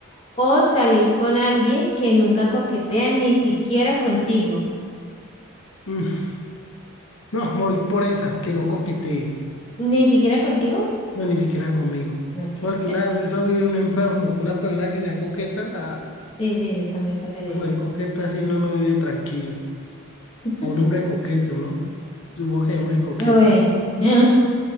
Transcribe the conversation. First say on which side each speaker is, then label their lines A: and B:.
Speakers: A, on the left; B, on the left.
A: o salir con alguien que nunca coquetea, ni siquiera contigo?
B: Mm, no, me voy por esa, que no coquetee.
A: ¿Ni siquiera contigo?
B: No, ni siquiera conmigo.
A: Ok,
B: Porque
A: pero-
B: una vez vive un enfermo, con una persona que sea coqueta, ah,
A: sí, sí, yo también preferiría.
B: mujer coqueta así uno no vive tranquilo.
A: <laughs>
B: O un hombre coqueto, ¿no? Supongo que hay hombres coquetos.
A: Uy. <clears throat>